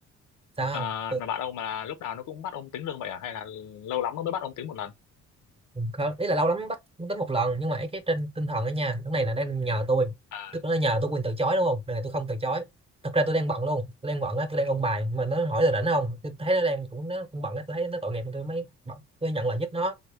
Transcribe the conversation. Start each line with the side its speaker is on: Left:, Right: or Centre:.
Right: sao
Left: ờ,
Right: không
Left: thằng bạn ông mà lúc nào nó cũng bắt ông tính lương vậy à hay là lâu lắm nó mới bắt ông tính một lần
Right: Ừ, không ý là lâu lắm mới bắt mới tính một lần nhưng mà ấy cái trên tinh thần đó nha cái này là đang nhờ tôi
Left: à
Right: tức nó nhờ tôi quyền từ chối đúng không lần này là tôi không từ chối thật ra tôi đang bận luôn tôi đang bận á tôi đang ôn bài mà nó hỏi là rảnh không tôi thấy nó đang cũng nó cũng bận á tôi thấy nó tội nghiệp tôi mới bận. tôi nhận lời giúp nó